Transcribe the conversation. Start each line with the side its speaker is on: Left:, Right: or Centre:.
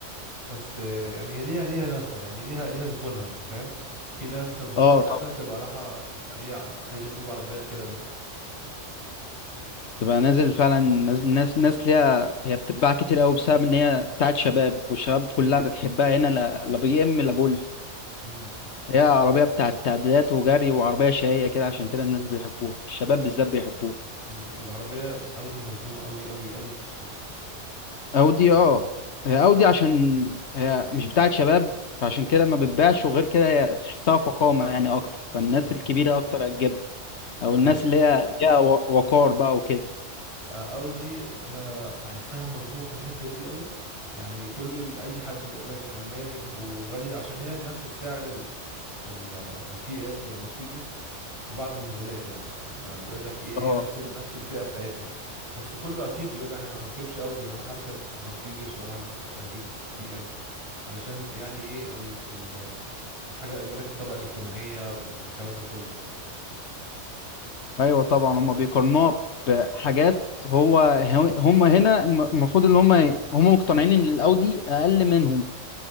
Right: بس آه يعني هي ليها ليها ناسها يعني ليها ليها زبونها انت فاهم في ناس بتروح
Left: اه
Right: فعلا
Left: طبعا
Right: تبقى رايحة هي عايزة تجيب عربية لكده بس
Left: تبقى نازل فعلا نازل ناس ناس ليها هي بتتباع كتير أوي بسبب إن هي بتاعت شباب والشباب كلها بتحبها هنا لا لا بي إم لا جولف
Right: امم
Left: هي عربية بتاعت تعديلات وجري وعربية شقية كده عشان كده الناس بيحبوها الشباب بالذات بيحبوها
Right: أمم. وعربية اودي مظلومة قوي قوي قوي في السوق
Left: اودي اه هي اودي عشان هي مش بتاعت شباب عشان كده ما بتبيعش وغير كده هي تحسها فخامه يعني اكتر فالناس
Right: امم
Left: الكبيره اكتر هتجيبها او
Right: ايوه
Left: الناس اللي
Right: ايوه
Left: هي ليها و- وقار بقى وكده
Right: آه، اودي آه، بحسها مظلومه في الحته دي قوي يعني كله اي حد بيقول لك الماني وغالي عشان هي بنفس السعر ال ال البي ام والمرسيدس في بعض الموديلات يعني فبيقول لك ايه هي
Left: اه
Right: نفس ال- نفس الفئه بتاعتهم بس كله اكيد بيقول لك انا ما اركبش اودي انا اروح اركب مرسيدس واروح أج- اجيب بي ام علشان يعني ايه ال ال الحاجه بيقول لك الطبقه الاجتماعيه وال- والكلام ده كله
Left: ايوه طبعا هم بيقارنوها بحاجات هو هم هنا الم- المفروض ان هم هم مقتنعين ان الاودي اقل منهم